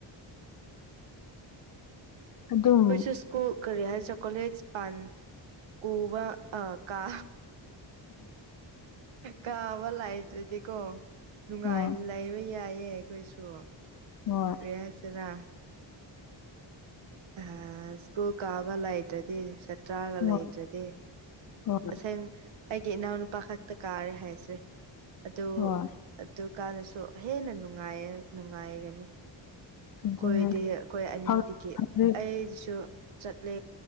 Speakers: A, on the left (about 50°); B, on the right (about 80°).
A: ꯑꯗꯨꯝ
B: ꯍꯣꯏꯁꯨ ꯁ꯭ꯀꯨꯜ ꯀꯔꯤ ꯍꯥꯏꯁ ꯀꯂꯦꯖ ꯄꯟ ꯀꯨꯕ ꯑ ꯀꯥ꯫ ꯀꯥꯕ ꯂꯥꯛꯗ꯭ꯔꯗꯤꯀꯣ ꯅꯨꯡꯉꯥꯏꯅ
A: ꯍꯣꯏ
B: ꯂꯩꯕ ꯌꯥꯏꯌꯦ ꯑꯩꯈꯣꯏꯁꯨ꯫
A: ꯍꯣꯏ꯫
B: ꯀꯔꯤ ꯍꯥꯏꯁꯦꯔ꯫ ꯍꯥ ꯁꯀꯨꯜ ꯀꯥꯕ ꯂꯥꯏꯇ꯭ꯔꯗꯤ ꯁꯠ꯫ ꯇ꯭ꯔꯥꯒ
A: ꯍꯣꯏ
B: ꯂꯩꯗ꯭ꯔꯗꯤ
A: ꯍꯣꯏ
B: ꯑꯁꯦꯡ ꯑꯩꯒꯤ ꯏꯅꯥꯎꯅꯨꯄꯥ ꯈꯛꯇ ꯀꯥꯔꯦ ꯍꯥꯏꯁꯔꯦ꯫ ꯑꯗꯨ
A: ꯍꯣꯏ
B: ꯑꯗꯨꯀꯥꯟꯗꯁꯨ ꯍꯦꯟꯅ ꯅꯨꯡꯉꯥꯏ ꯅꯨꯡꯉꯥꯏꯒꯅꯤ꯫
A: ꯑꯗꯨꯅꯦ
B: ꯀꯣꯏꯗꯦ ꯑꯩꯈꯣꯏ ꯑꯅꯤꯗꯒꯤ
A: ꯍꯧꯖꯤꯛ
B: ꯑꯩꯗꯨꯁꯨ ꯆꯠꯂꯦ